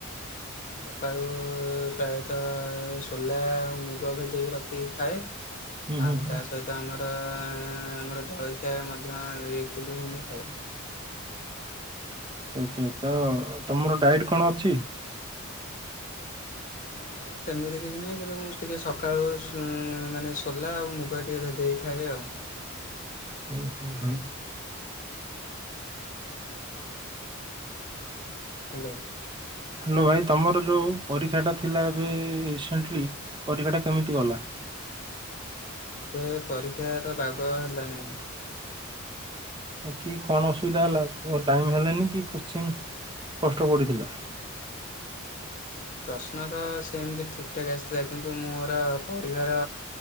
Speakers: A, on the left (about 40°); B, on the right (about 20°).
A: ମୁଁ ସକାଳୁ ପ୍ରାୟତଃ ସୋଲା ଆଉ ମୁଗ ଭେଦେଇକି ରଖିକି ଖାଏ।
B: ହୁଁ ହୁଁ
A: ଆଉ
B: ହୁଁ
A: ତା ସହିତ ଆମର ଆମର ଜଳଖି ଖିଆ ମଧ୍ୟ ଇଟିଲି ଗୁଗୁନି ଖାଏ।
B: ଆଚ୍ଛା ଆଚ୍ଛା ତ ତମର ଡାଇଟି କଣ ଅଛି।
A: ନା ସେମିତି କିଛି ନାହିଁ କିନ୍ତୁ ମୁଁ ଟିକେ ସକାଳୁ ଉଁ ମାନେ ସୋଲା ଆଉ ମୁଗ ଟିକେ ଭେଦେ ଦେଇ ଖାଏ ଆଉ।
B: ହୋଉ ହୋଉ ଭାଇ।
A: ହାଲୋ।
B: ହାଲୋ ଭାଇ ତମର ଯୋଉ ପରୀକ୍ଷାଟା ଥିଲା ଏବେ ରିସେଣ୍ଟଲି ପରୀକ୍ଷାଟା କେମିତି ଗଲା।
A: ଏବେ ପରୀକ୍ଷାତ ବାଗ ହେଲା ନାହିଁ।
B: କି କଣ ଅସୁବିଧା ହେଲା କ ଟାଇମ ହେଲାନି କି କୋଷ୍ଚିଁ କଷ୍ଟ ପଡିଥିଲା।
A: କୋସ ପ୍ରଶ୍ନ ତ ସେମିତି ଠିକ ଠାକ୍ ଆସିଥିଲା କିନ୍ତୁ ମୋର ପଢିବାର।